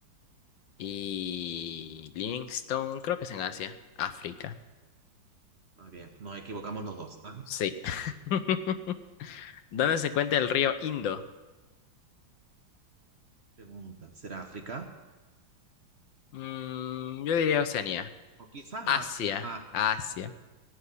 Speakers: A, on the left (about 75°); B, on the right (about 40°).
A: Y Livingstone, creo que es en
B: Creo
A: Asia.
B: que
A: África.
B: más bien, nos equivocamos los dos. Ah,
A: Sí. <laughs> ¿Dónde se encuentra el río Indo?
B: pregunta, ¿será África?
A: Mm, yo diría Oceanía.
B: O quizás
A: Asia.
B: Asia. Ah,
A: Asia.